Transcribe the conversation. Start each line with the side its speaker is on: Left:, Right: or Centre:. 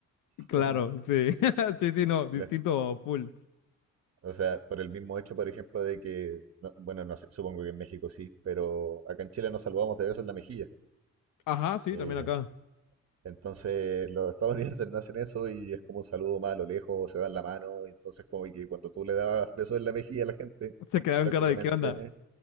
Left: Claro,
Right: <laughs>
Left: sí, <laughs>
Right: con-
Left: sí, sí, no, distinto,
Right: con esto.
Left: full.
Right: O sea, por el mismo hecho, por ejemplo, de que, no- bueno, no sé, supongo que en México sí, pero acá en Chile nos saludamos de besos en la mejilla.
Left: Ajá, sí,
Right: eh,
Left: también acá.
Right: Entonces los estadounidenses no hacen eso y es como un saludo más a lo lejos, se dan la mano, y entonces como que cuando tú le dabas besos en la mejilla a la gente,
Left: Se quedaron
Right: prácticamente,
Left: cara de qué onda.
Right: ¿eh?